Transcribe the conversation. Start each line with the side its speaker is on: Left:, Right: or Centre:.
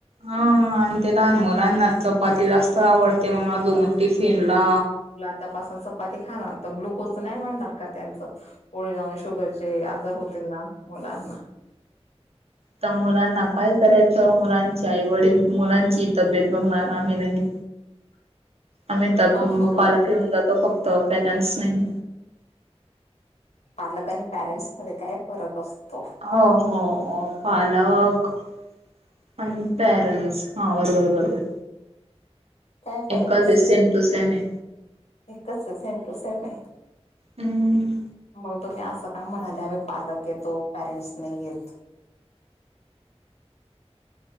Right: हा आणि ते लहान मुलांना चपाती जास्त आवडते मग जाऊन टिफिन ला
Left: त्या पासा चपाती खाणार तर ग्लुकोज नाही वाढणार का त्यांचं. पुढे जाऊन शुगरचे आजार होतील ना मुलांना.
Right: तर मुलांना काय करायचं मुलांचं आई वडील मुलांची तब्येत बघणार आम्ही नाही.
Left: <unintelligible>
Right: आम्ही तर
Left: हा बरोबर
Right: पालक येऊन जातो फक्त पेरंट्स नाही.
Left: पालक आणि पॅरेंट्स मध्ये काय फरक असतो.
Right: हो हो हो पालक अन पॅरेंट्स हा बरोबर बरोबर.
Left: काय फरक
Right: एकच
Left: असत?
Right: आहे सेम टू सेम आहे.
Left: एकच आहे सेम टू सेम आहे
Right: हम्म
Left: मग? तुम्ही असं का म्हणाले आम्ही पालक येतो पॅरेंट्स नाही येत ‌.